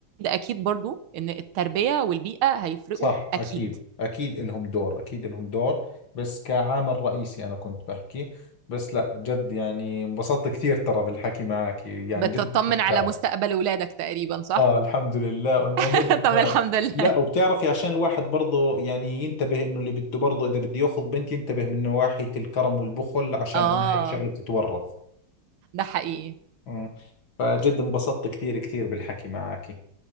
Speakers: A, on the right (about 80°); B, on the left (about 65°).
A: اكيد برضو ان التربية والبيئة هيفرقوا
B: صح
A: اكيد
B: أكيد أكيد إلهم دور أكيد إلهم دور بس كعامل رئيسي أنا كنت بحكي بس لا جد يعني انبسطت كثير ترى بالحكي معك يعني
A: بتطمن
B: جد استمتعت
A: على مستقبل ولادك تقريبا صح؟
B: آه الحمد لله إنه
A: <laughs>
B: أمورك
A: طب
B: تمام
A: الحمد لله
B: لا وبتعرفي عشان الواحد برضه يعني ينتبه إنه اللي بده برضه إذا بده ياخذ بنت ينتبه من نواحي الكرم والبخل عشان
A: اه
B: إنها هاي الشغلة بتتورث
A: ده حقيقي
B: أمم. فجد انبسطت كثير كثير بالحكي معك